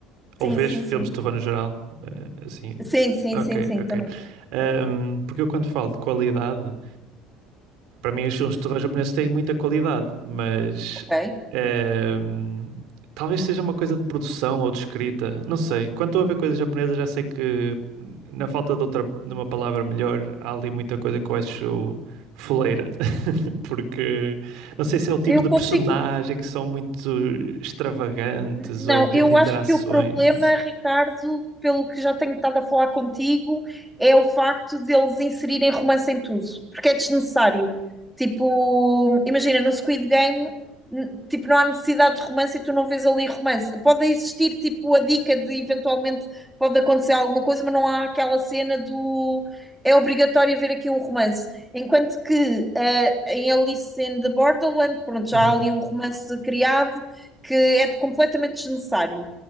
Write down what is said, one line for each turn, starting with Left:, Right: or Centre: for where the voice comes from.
Right: Ou
Centre: sim,
Right: vês
Centre: sim,
Right: filmes
Centre: sim.
Right: de terror no geral? Eh, assim.
Centre: Sim, sim,
Right: Ok,
Centre: sim, sim,
Right: ok.
Centre: também.
Right: Ahm, porque eu quando falo de qualidade. Para mim, os filmes de terror japoneses têm muita qualidade, mas
Centre: Ok.
Right: ehm, talvez seja uma coisa de produção ou de escrita. Não sei. Quando estou a ver coisas japonesas, já sei que, na falta de outra, de uma palavra melhor, há ali muita coisa que eu acho foleira. <laughs> Porque não sei se é o tipo
Centre: Eu
Right: de
Centre: consigo
Right: personagem que são muito extravagantes
Centre: Não,
Right: ou o tipo
Centre: eu
Right: de interações.
Centre: acho que o problema,
Right: Não sei.
Centre: Ricardo, pelo que já tenho estado a falar contigo, é o facto de eles inserirem romance em tudo, porque é desnecessário. Tipo, imagina, no Squid Game, n- tipo, não há necessidade de romance e tu não vês ali romance. Pode existir, tipo, a dica de eventualmente pode acontecer alguma coisa, mas não há aquela cena do é obrigatório haver aqui um romance. Enquanto que eh, em Alice in the Borderland, pronto, já
Right: Uhum,
Centre: há ali um romance criado que é de- completamente desnecessário.